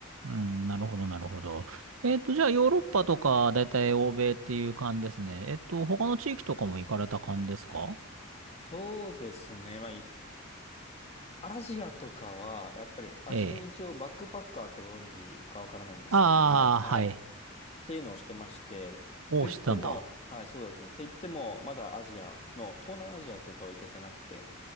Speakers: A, on the right; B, on the left.
A: うん、なるほど、なるほど。えっと、じゃあ、ヨーロッパとか、だいたい欧米っていう感じですね。えっと、他の地域とかも行かれた感じですか
B: そうですね。まあ、いアジアとかは、やっぱり、あ、
A: ええ。
B: 自分一応バックパッカーってご存知かわからないんですけれども、
A: ああ、
B: はい。
A: はい。
B: っていうのをしてまして、
A: おーしてたんだ。
B: と言っても、はい、そうですね。と言っても、まだアジアの、東南アジアとかは行けてなくて、